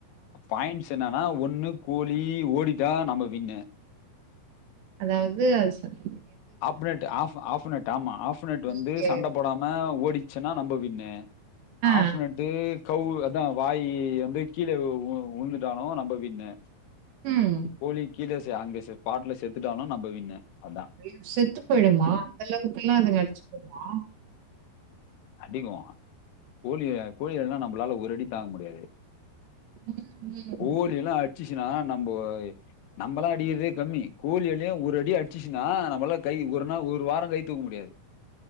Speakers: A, on the left; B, on the right.
A: ப பாயிண்ட்ஸ் என்னன்னா ஒண்ணு கோழி ஓடிட்டா நம்ம வின்னு
B: அதாவது அது சொல்
A: ஆப்பொனெட் ஆஃப் ஆஃப்னெட் ஆமா ஆஃப்னெட் வந்து
B: ஓகே
A: சண்ட போடாம ஓடி ச்சனா நம்ப வின்னு
B: ஆ
A: ஆஃப்னெட்டு கவ்வு அதான் வாய் வந்து கீழே உழுந்துட்டாலும் நம்ப வின்னு
B: ம்
A: கோழி கீழே செ அங்க செ பாட்ல செத்துட்டாலும் நம்ம வின்னு அதா
B: அய்யோ செத்து போயிடுமா அந்த அளவுக்குெ எல்லா அதுங்க அடிச்சுக்குமா
A: அதிகம் கோழி கோழிகள்னா நம்மளால ஒரு அடி தாங்க முடியாது
B: ம் ம்
A: கோழி எல்லா அடிச்சிச்சுன்னா நம்ப நம்மல்லா அடிக்கிறதே கம்மி கோழிளயையு ஒரு அடி அடிச்சுச்சுன்னா நம்மல்லா கை ஒரு நாள் ஒரு வாரம் கை தூக்க முடியாது